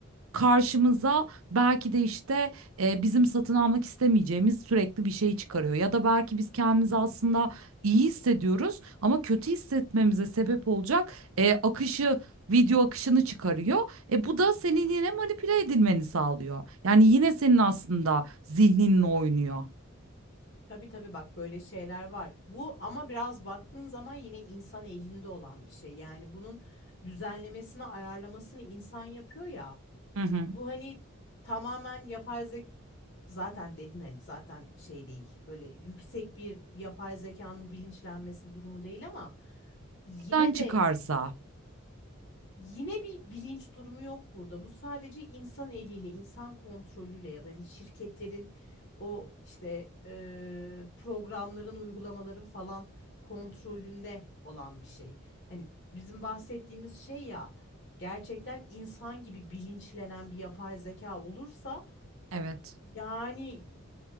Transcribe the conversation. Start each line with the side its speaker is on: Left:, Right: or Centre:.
Right: karşımıza belki de işte e, bizim satın almak istemeyeceğimiz sürekli bir şey çıkarıyor. Ya da belki biz kendimizi aslında iyi hissediyoruz ama kötü hissetmemize sebep olacak e, akışı video akışını çıkarıyor. E bu da senin yine manipüle edilmeni sağlıyor. Yani yine senin aslında zihninle oynuyor.
Left: Tabii tabii bak böyle şeyler var. Bu ama biraz baktığın zaman yine insan elinde olan bir şey. Yani bunun düzenlemesini, ayarlamasını insan yapıyor ya.
Right: Hı hı.
Left: Bu hani tamamen yapay zeka zaten dedin hani zaten şey değil böyle yüksek bir yapay zekanın bilinçlenmesi durumu değil ama yine
Right: Nereden çıkarsa.
Left: de Yine bir bilinç durumu yok burada. Bu sadece insan eliyle, insan kontrolüyle ya da hani şirketlerin o işte e, programların, uygulamaların falan kontrolünde olan bir şey. Hani bizim bahsettiğimiz şey ya gerçekten insan gibi bilinçlenen bir yapay zeka olursa
Right: Evet.
Left: yani